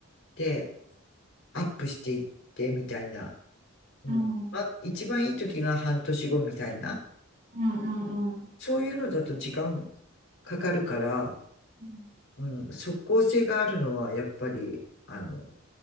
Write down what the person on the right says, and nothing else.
うん、うん、うん、
うん、
う